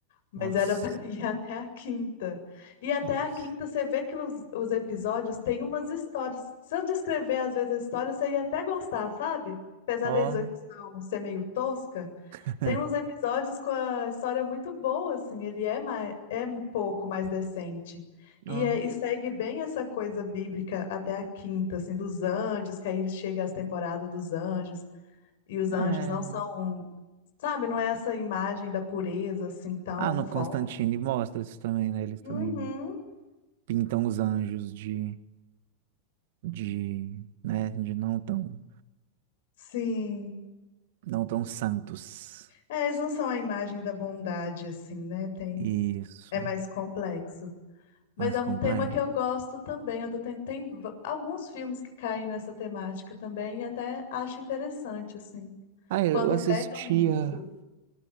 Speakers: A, on the left; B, on the right.
A: mas
B: Nossa,
A: era para <laughs> ir até a quinta. E até
B: nossa.
A: a quinta você vê que os, os episódios têm umas histórias. Se eu descrever às vezes a história, você ia até gostar, sabe? Apesar
B: Ó,
A: da execução ser meio tosca,
B: <laughs>
A: tem uns episódios com a história muito boa, assim, ele é, mais, é um pouco mais decente. E,
B: ó,
A: é- e segue bem essa coisa bíblica até a quinta, assim, dos anjos, que aí chega as temporadas dos anjos e os anjos
B: é.
A: não são Sabe, não é essa imagem da pureza assim tão
B: Ah, no
A: forte.
B: Constantine mostra isso também, né? Eles
A: Uhum,
B: também pintam os anjos de, de, né, de não tão,
A: sim.
B: não tão santos.
A: É, eles não são a imagem da bondade assim, né? Tem,
B: Isso,
A: é mais complexo. Mas
B: mais
A: é
B: completo.
A: um tema que eu gosto também. Eu tô tem, tem v- alguns filmes que caem nessa temática também e até acho interessante assim,
B: Ah, eu
A: quando
B: assistia.
A: pegam isso.